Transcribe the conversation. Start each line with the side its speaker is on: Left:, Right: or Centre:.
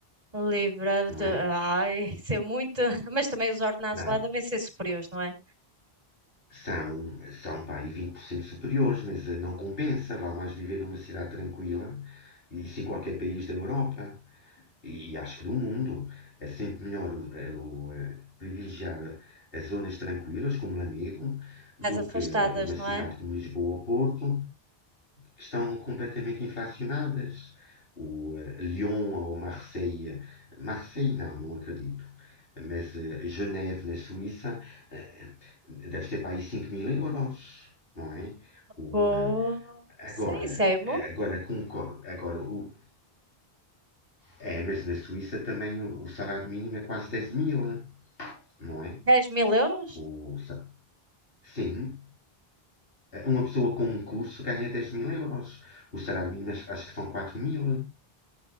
Right: livre
Left: não
Right: de,
Left: é?
Right: ai, <laughs> isso é muito, <laughs> mas também os ordenados
Left: Não,
Right: lá devem ser superiores, não é?
Left: São, são pá, aí 20% superiores, mas eh, não compensa. Vale mais viver numa cidade tranquila, e isso em qualquer país da Europa, e, e acho que do mundo. É sempre melhor o- eh, o, eh, privilegiar as zonas tranquilas, como Lamego,
Right: Mais
Left: do
Right: afastadas,
Left: que eh, uma
Right: não
Left: cidade
Right: é?
Left: como Lisboa ou Porto, estão completamente inflacionadas. O eh, Lyon ou Marseille, Marseille não, não acredito, mas eh, Geneve, na Suíça, eh, deve ser para aí 5 mil euros, não é? O,
Right: Pô,
Left: eh,
Right: sim,
Left: agora,
Right: isso é
Left: agora, com, agora o, é, mas na Suíça também o, o salário mínimo é quase dez mil, não é?
Right: dez mil euros?
Left: O, sim, eh, uma pessoa com um curso ganha 10 mil euros. O salário mínimo acho, que são quatro mil.